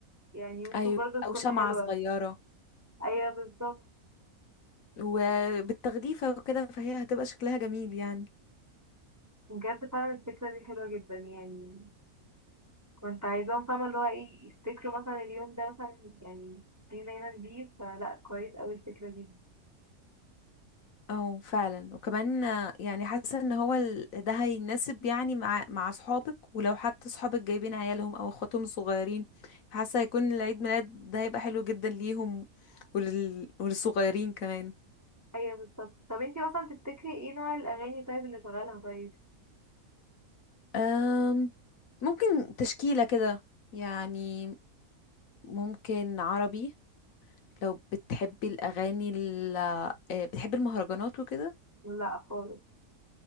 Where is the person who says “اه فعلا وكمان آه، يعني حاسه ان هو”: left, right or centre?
Left